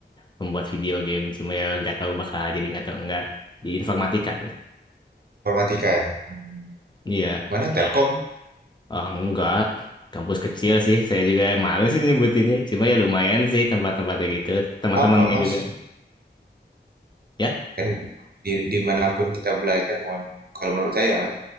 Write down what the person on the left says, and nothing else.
pembuat video game. Cuma ya nggak tahu bakal jadi nggak tahu enggak di informatika. tuh.
Iya.
Oh, enggak. Kampus kecil sih. Saya juga malu sih nyebutinnya. Cuma ya lumayan sih tempat-tempatnya gitu. Teman-temannya
juga. Ya.